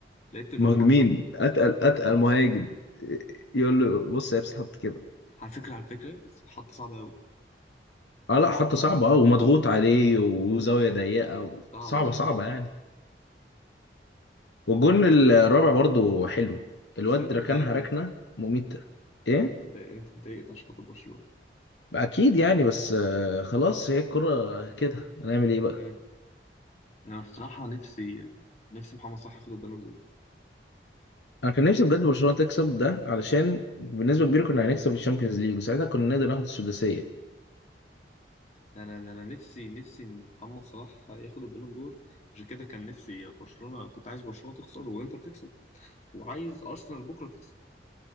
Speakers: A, on the left (about 40°); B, on the left (about 80°).
A: لعيبه الهجوم
B: مهاجمين
A: عندنا في مصر
B: اتقل اتقل
A: اه
B: مهاجم يقول له بص هي بتتحط كده
A: على فكره على فكره بس حطه صعبه قوي
B: اه لا حطه صعبه اه ومضغوط عليه وزاويه ضيقه
A: صعبه
B: وصعبه
A: صعبه
B: صعبه
A: صعبه
B: يعني والجون الرابع برضو حلو
A: بس
B: الواد
A: انت
B: ركنها
A: اتضايقت
B: ركنه
A: انت
B: مميته ايه
A: انت اتضايقت انت اتضايقت عشان خاطر برشلونه
B: اكيد يعني بس آه، خلاص هي الكرة كده هنعمل ايه بقى
A: امم انا الصراحه نفسي نفسي محمد صلاح ياخد البالون دور
B: انا كان نفسي بجد برشلونه تكسب ده علشان بالنسبه كبيره كنا هنكسب الشامبيونز ليج وساعتها كنا نقدر ناخد السداسيه
A: ده انا ده انا نفسي نفسي ان محمد صلاح ياخد البالون دور عشان كده كان نفسي برشلونه كنت عايز برشلونه تخسر وانتر تكسب وعايز ارسنال بكره تكسب